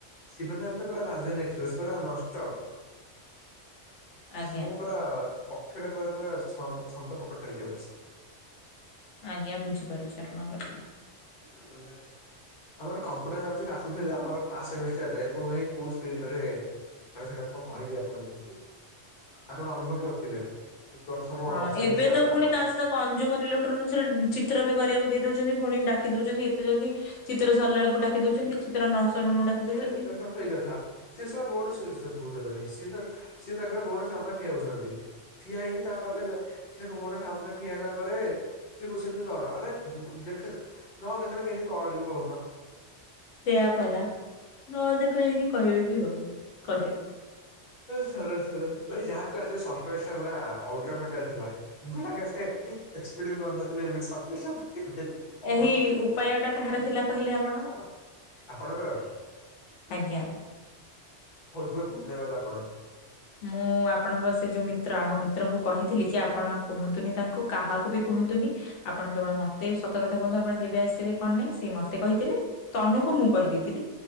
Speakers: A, on the left; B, on the left.
A: ସିଏ ବା ଜାଣିଛ ପୁରା ରାଜଧାନୀ ଏକ୍ସପ୍ରେସ ପୁରା ନନଷ୍ଟପ।
B: ଆଜ୍ଞା
A: ମୁ ପୁରା ଅକ୍ଷରେ ମ ପୁରା ଛ-ଛନ୍ଦ କପଟ ହେଇଯାଉଛି।
B: ଆଜ୍ଞା ବୁଝିପାରୁଛି ଆପଣଙ୍କ କଥା।
A: କେତେ <unintelligible> ଆମର କମ୍ପୁଟର ଆମେ ଯୋଉ ଡାକୁଛୁ ଆମର ଫାଷ୍ଟ ସେମିଷ୍ଟାରରେ <unintelligible> ତାହେଲେ ସେଟା କଣ କହିବି ଆପଣଙ୍କୁ। ଆପଣ ଅନୁଭବ କରିଥିବେ। ପ୍ରଥମ
B: ହଁ
A: ସେମିଷ୍ଟାରରେ
B: ଏବେ ତ ପୁଣି
A: ଆମର
B: ତା ସହିତ କଞ୍ଜୁମର ଇଲେକ୍ଟ୍ରୋନିକ୍ସରେ ଚିତ୍ର ବି କରିବାକୁ ଦେଇଦଉଛି। ପୁଣି ଡାକି ଦଉଛନ୍ତି ଏତେ ଜଲଦି। ଚିତ୍ର ସିରିଲା ବେଳକୁ ଡାକି ଦଉଛନ୍ତି ଚିତ୍ର ନ ସରୁଣୁ ଡାକି
A: ଯିଏ
B: ଦଉଛନ୍ତି
A: ଏକଦମ ସେଇ କଥା। ସିଏ ସେ ସ ବଡ ସେବ- ଭୁଲ ରେ କହିଦେଲି। ସିଏ ତ ସିଏ ତାଙ୍କର ବୋଡ ସାମ୍ନା ଠିଆ ହଉଛନ୍ତି। ଠିଆ ହେଇକି ତା ପାଖରେ ସେ ଗୋଟେ ସାମ୍ନାରେ ଠିଆ ହେଲା ପରେ, ସିଏ କହୁଛନ୍ତି ଘର ଆରେ ଦେଖ ନ ଦେଖିଲେ କେମତି କରିବୁ କହୁନ।
B: ସେୟାପାରା ନ ଦେଖ ଯାଇକି କହିବେ କି କରିବାକୁ।
A: ସରେ ସରେ ଭ ଯାହା କହ ଆଜି ସରପ୍ରାଇଜଟା ପୁରା ଅଲଗା ପ୍ରକାର ଥିଲା। ମାଗି ସେ ଏକ୍ସପେଟ ବି କରିନଥିଲି। ଏମିତି ସରପ୍ରାଇଜ ଟା ପାଇବି ବୋଲି
B: ଏହି ଉପାୟଟା କାହାର ଥିଲା କହିଲେ ଆ ଆପଣ
A: ଆପଣଙ୍କର
B: ଆଜ୍ଞା।
A: ବହୁତ ବହୁତ ଧନ୍ୟବାଦ ଆପଣଙ୍କୁ।
B: ମୁଁ ଆପଣଙ୍କର ସେ ଯୋଉ- ମିତ୍ର ଆମ ମିତ୍ରଙ୍କୁ କହିଥିଲି କି ଆପଣ କୁହନ୍ତୁନି ତାଙ୍କୁ। କାହାକୁ ବି କୁହନ୍ତୁନି। ଆପଣ କେବଳ ମତେ ସତ କଥା କୁହନ୍ତୁ ଆପଣ କେବେ ଆସିବେ କଣ ନାହିଁ ସେ ମତେ କହିଥିଲେ। ତନୁଙ୍କୁ ମୁଁ କହିଦେଇଥିଲି।